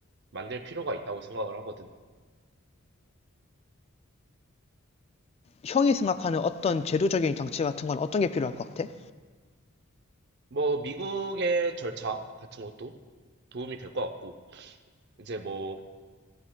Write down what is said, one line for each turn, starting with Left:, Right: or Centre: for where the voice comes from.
Right: 만들 필요가 있다고 생각을 하거든.
Left: 형이 생각하는 어떤 제도적인 장치 같은 건 어떤 게 필요할 것 같아?
Right: 뭐, 미국의 절차 같은 것도 도움이 될 것 같고, 이제 뭐,